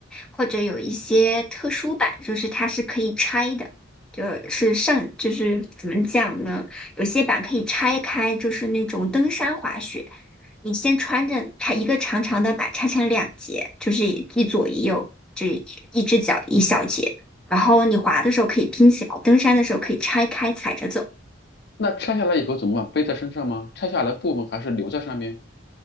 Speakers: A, in the centre; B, on the left.
A: 或者有一些特殊版，就是它是可以拆的，就是上，就是怎么讲呢？有些板可以拆开，就是那种登山滑雪，你先穿着它一个长长的板拆成两节，就是一左一右，这一只脚一小节。然后你滑的时候可以拼起来，登山的时候可以拆开踩着走，
B: 那拆下来以后怎么办？背在身上吗？拆下来部分还是留在上面？